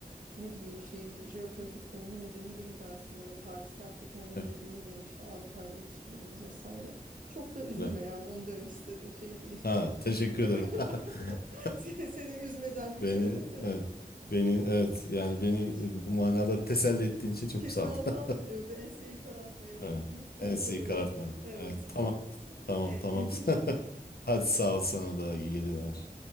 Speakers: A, on the right; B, on the left.
A: ne bileyim şey jeopolitik konumu nedeniyle mi dersin ya da tarihsel kökenleri
B: evet,
A: nedeniyle mi işte Avrupa ile ilişkilerimiz vesaire. Çok da üzülme
B: evet.
A: yani onu demek istedim şey değil.
B: Ha, teşekkür
A: O
B: ederim.
A: kadar-
B: <laughs>
A: <laughs> seni, seni üzmeden bitirelim.
B: Beni
A: <laughs>
B: evet, beni evet yani beni
A: E, Ş-
B: e, bu manada teselli ettiğin için çok
A: Çetin
B: sağ
A: Altan
B: ol. <laughs>
A: mı diyordu? Enseyi karartmayalım
B: Evet.
A: deyip
B: ensiyi
A: noktalıyorum.
B: karartmayalım.
A: <laughs> Evet.
B: Evet, tamam.
A: <laughs>
B: Tamam, tamam.
A: İyi geceler.
B: <laughs> Hadi sağ ol sana da
A: Görüşürüz.
B: iyi geceler.